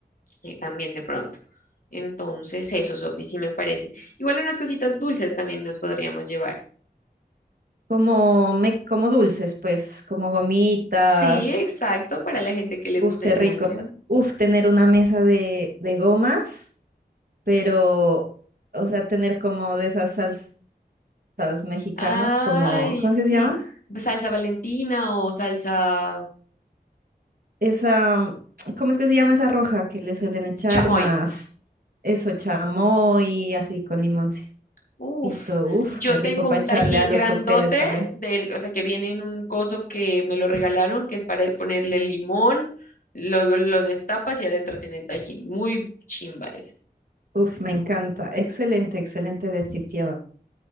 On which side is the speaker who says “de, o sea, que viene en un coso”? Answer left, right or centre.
Left